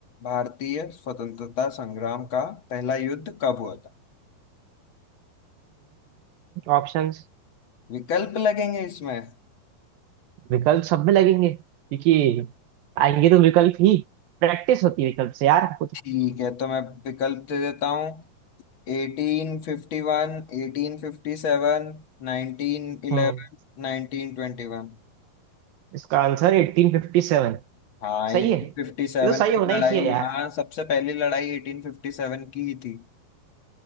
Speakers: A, on the left; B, on the right.
A: भारतीय स्वतंत्रता संग्राम का पहला युद्ध कब हुआ था
B: ऑप्शंस
A: विकल्प लगेंगे इसमें
B: विकल्प सब में लगेंगे क्योंकि आएंगे तो विकल्प ही प्रैक्टिस होती है विकल्प से यार कुछ
A: ठीक है तो मैं विकल्प दे देता हूँ Eighteen fifty one eighteen fifty seven nineteen eleven
B: हम्म
A: nineteen twenty one
B: इसका आंसर 1857
A: हाँ
B: सही
A: एटीन
B: है ये
A: फिफ्टी सेवन
B: तो सही
A: की
B: होना
A: लड़ाई
B: ही चाहिए यार
A: हाँ सबसे पहली लड़ाई एटीन फिफ्टी सेवन की ही थी